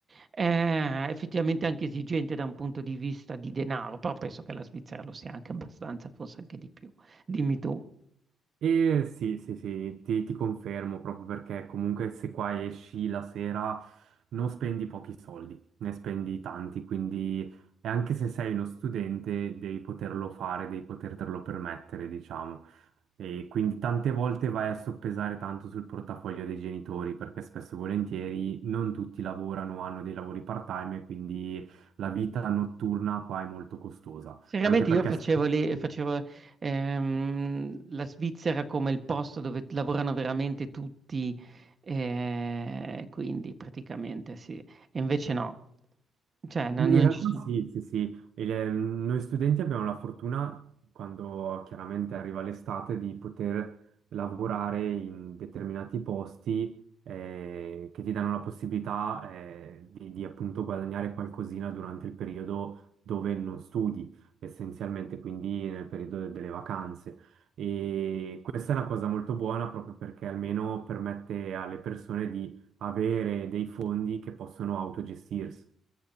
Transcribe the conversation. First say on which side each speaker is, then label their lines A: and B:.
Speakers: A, on the right; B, on the right.
A: è effettivamente anche esigente da un punto di vista di denaro, però penso che la Svizzera lo sia anche abbastanza, forse anche di più. Dimmi tu.
B: E sì, sì, sì, ti, ti confermo proprio perché comunque se qua esci la sera non spendi pochi soldi, ne spendi tanti, quindi e anche se sei uno studente devi poterlo fare, devi potertelo permettere, diciamo. E quindi tante volte vai a soppesare tanto sul portafoglio dei genitori perché spesso e volentieri non tutti lavorano, hanno dei lavori part-time e quindi la vita notturna qua è molto costosa,
A: Seriamente
B: anche perché
A: io facevo
B: se
A: lì, facevo ehm, la Svizzera come il posto dove lavorano veramente tutti, eh, quindi praticamente sì, e invece no, cioè no-
B: In
A: non
B: realtà
A: ci sono.
B: sì, sì, sì. Il, ehm, noi studenti abbiamo la fortuna, quando chiaramente arriva l'estate, di poter lavorare in determinati posti eh, che ti danno la possibilità eh, di, di appunto guadagnare qualcosina durante il periodo dove non studi, essenzialmente, quindi nel periodo delle vacanze. E questa è una cosa molto buona proprio perché almeno permette alle persone di avere dei fondi che possono autogestirsi.